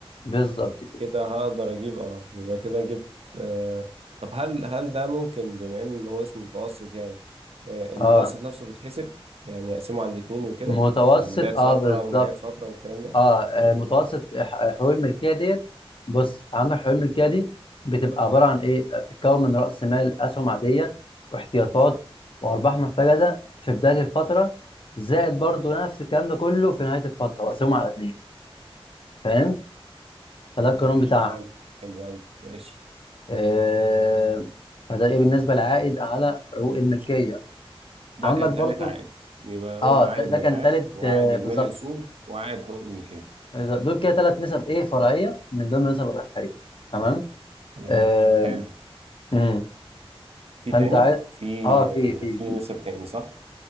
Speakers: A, on the left; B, on the right.
A: بالظبط كده
B: كده هقدر اجيب اه يبقى كده جبت آه طب هل هل ده ممكن بما ان هو اسم متوسط يعني آه
A: اه
B: المتوسط نفسه بيتحسب يعني اقسمه على الاتنين وكده
A: متوسط
B: بداية فترة
A: اه بالظبط
B: ونهاية فترة والكلام ده
A: اه آه،
B: مم،
A: متوسط ح- حقوق الملكيه ديت بص عندك حقوق الملكيه دي بتبقى عباره عن ايه بتتكون من راس مال اسهم عاديه واحتياطات وارباح محتجزه في بدايه الفتره زائد برضو نفس الكلام ده كله في نهايه الفتره وقسمهم على اتنين فاهم فده القانون بتاعها
B: تمام حلو قوي ماشي
A: آه فده ايه بالنسبه للعائد على حقوق الملكيه
B: ده
A: عندك
B: كان
A: برضو
B: تالت عائد يبقى قلنا
A: اه ده,
B: عائد
A: ده
B: مبيعات
A: كان تالت
B: وعائد
A: آه
B: اجمالي
A: بالظبط
B: اصول وعائد حقوق ملكية
A: إذا- دول كده ثلاث نسب ايه فرعيه من ضمن النسب الربحيه تمام
B: تمام
A: آه.
B: حلو
A: امم
B: في
A: فانت
B: تاني
A: عايز
B: في
A: اه في
B: آه
A: في
B: في
A: في
B: نسب تاني صح